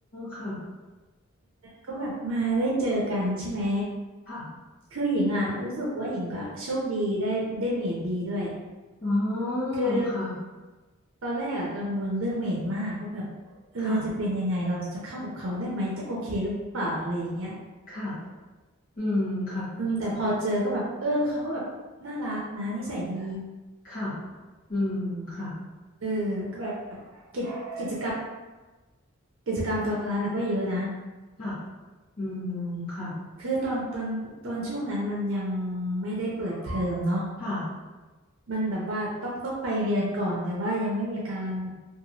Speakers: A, on the left (about 40°); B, on the right (about 65°).
A: ค่ะ
B: ก็แบบมาได้เจอกันใช่ไหม
A: ค่ะ
B: คือหญิงอ่ะรู้สึกว่าหญิงก็โชคดีได้ได้เมดดีด้วย
A: อ๋อ
B: คือ
A: ค่ะ
B: ตอนแรกอะกังวลเรื่องเมดมากว่าแบบเออจะเป็นยังไงเราจะเข้ากับเขาได้ไหมจะโอเคหรือเปล่าอะไรอย่างเงี้ย
A: ค่ะค่ะอืมค่ะ
B: อืมแต่พอเจอก็แบบเออเขาก็แบบน่ารักนะนิสัยดี
A: ค่ะ อืมค่ะ
B: เออก็แบบกิจกิจกรรมกิจกรรมตอนนั้นนะก็เยอะนะ
A: ค่ะอืมค่ะ
B: คือตอนตอนตอนช่วงนั้นมันยังไม่ได้เปิดเทอมเนาะ
A: ค่ะ
B: มันแบบว่าต้องต้องไปเรียนก่อนแต่ว่ายังไม่มีการ